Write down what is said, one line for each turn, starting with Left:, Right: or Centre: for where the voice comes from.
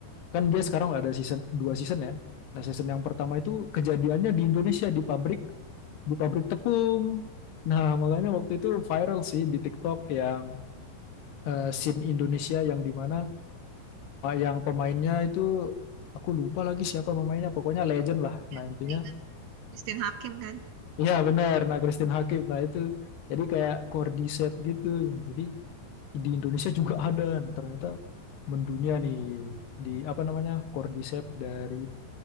Left: kan dia sekarang nggak ada season dua season ya nah season yang pertama itu kejadiannya di Indonesia di pabrik di pabrik tepung nah makanya waktu itu viral sih di TikTok yang eh, scene Indonesia yang dimana yang pemainnya itu aku lupa lagi siapa pemainnya pokoknya legend lah
Right: Ya,
Left: nah intinya
Right: ingat Christine Hakim kan.
Left: Iya benar, nah Christine Hakim, nah itu jadi kayak cordyceps gitu, Nah, jadi di Indonesia juga ada. Nah, ternyata mendunia nih di apa namanya Cordyceps dari